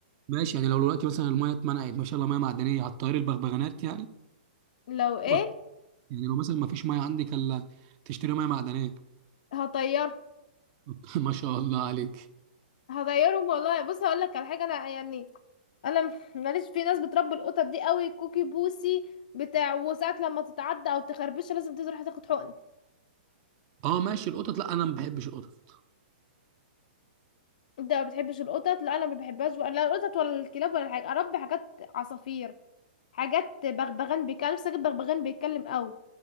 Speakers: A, on the right; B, on the left.
A: ماشي يعني لو دلوقتي مثلا الميه اتمنعت ما شاء الله ميه معدنيه هتطير البغبغانات يعني
B: لو ايه
A: و- يعني لو مثلا ما فيش ميه عندك الا تشتري ميه معدنيه
B: هطير
A: <laughs> ما شاء الله عليك
B: هطيرهم والله بص هقول لك على حاجة انا يعني انا م- ماليش في ناس بتربي القطط دي قوي كوكي بوسي بتاع وساعات لما تتعدى او تخربشها لازم تروح تاخد حقن
A: اه ماشي القطط لا انا ما بحبش القطط
B: انت ما بتحبش القطط لا انا ما بحبهاش ولا القطط ولا الكلاب ولا حاجه اربي حاجات عصافير حاجات بغبغان بيتكلم بس أكيد بغبغان بيتكلم قوي